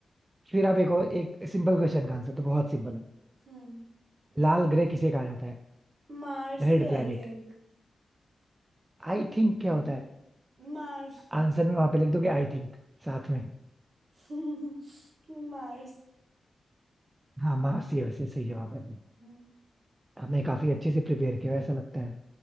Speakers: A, on the right; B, on the right.
A: फिर आप एक और एक सिंपल क्वेश्चन का आंसर तो बहुत सिंपल है
B: हम्म
A: लाल ग्रह किसे कहा जाता है
B: मार्स
A: Red
B: ही आई
A: planet
B: थिंक
A: आई थिंक क्या होता है
B: मार्स
A: आंसर में वहां पे लिख दोगे आई थिंक साथ में
B: <laughs> मार्स
A: हाँ मार्स ही है वैसे सही जवाब है
B: हम्म,
A: आपने काफी अच्छे से प्रिपेयर किया ऐसा लगता है